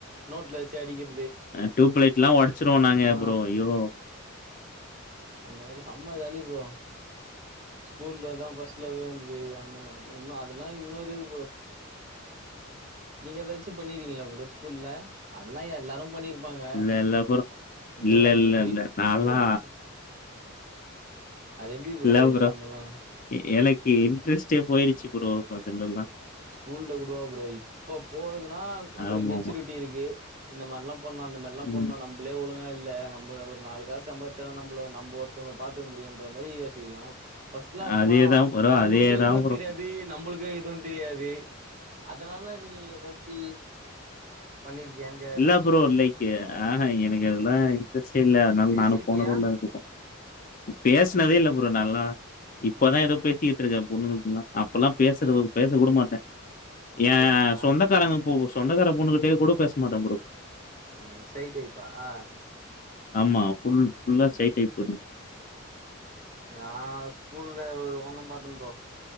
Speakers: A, on the right; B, on the left.
A: நோட்ல வெச்சு அடிக்கிற
B: அ டியூப்லைட்லா ஒடச்சிருவோ நாங்க
A: ஆ
B: ப்ரோ ஐயோ
A: அந்த மாரி செம்ம ஜாலி ப்ரோ ஸ்கூல்லதா ஃபஸ்ட் லவ்வே வந்துது அந்த இ அதெல்லா இன்னொரு இது ப்ரோ நீங்க எதாச்சு பண்ணிருக்கிங்ளா ப்ரோ ஸ்கூல்ல அதெலா எல்லாரு பண்ணிருப் ப்பாங்க
B: இல்ல இல்ல ப்ரோ
A: ப்ரோ
B: இல்ல
A: அது
B: இல்ல
A: எப்டி
B: இல்ல நால்லா
A: எது அது எப்டி
B: இல்ல
A: இல்லாமல்லா
B: ப்ரோ எ எனக்கு இன்ட்ரெஸ்ட்டே போயிரிச்சி ப்ரோ அதுலல்லா
A: ஸ்கூல்ல கூடவா ப்ரோ இப்பப் போறதுன்னா நம்பளுக்கு
B: ஆமா
A: மெச்சூரிட்டி
B: ஆமா
A: இருக்கு இந்த மாரில்லா பண் அந்த மேரில்லா
B: ம்
A: பண்ணோ நம்ப்ளே ஒழுங் கா இல்ல நம்ப ஒரு நாலு காஸ் சம்பாரிச்சா தா நம்பள நம்ப ஒருத்தவங்களப் பாத்துக்க முடியுன்ற மாரி யோசிக்கிலா ஃபஸ்ட்லா அப்பல்லா
B: அதேதா ப்ரோ
A: அவுங்களுக்கு
B: அதேதா
A: எதுவுந்
B: ப்ரோ
A: தெரியாது நம்பளுக்கு எதுவுந் தெரியாது அதனால நீ ஏதாச்சி பண்ணிருக்கியான்னு கேக்குறே
B: இல்ல ப்ரோ லைக்கு ஆ ஹ எனக்கு அதெல்லா இன்ட்ரஸ்ட்டே இல்ல அதனால
A: பேசிருக்கியா
B: நானு போனது இல்ல <inaudible> பேஸ்னதே இல்ல ப்ரோ நால்லா இப்பதா
A: இன்னமு
B: ஏதோ பேசிக்கிட்ருக்க பொண்ணுங்கள்ட்டல்லா அப்பல்லா பேசுறது பேசக் கூட மாட்ட
A: அப்டியா
B: ஏ
A: ஆ
B: சொந்தக்காரங்க பொ சொந்தக்கார பொண்ணுகிட்டயே கூடொ பேசமாட்டம் ப்ரோ
A: ம் சை டைப்பா ஆ
B: ஆமா ஃபுல் ஃபுல்லா
A: ம்
B: ஷை டைப்புதா
A: நா ஸ்கூல்ல ஒரு ஒண்ணும் பாத்தம் ப்ரோ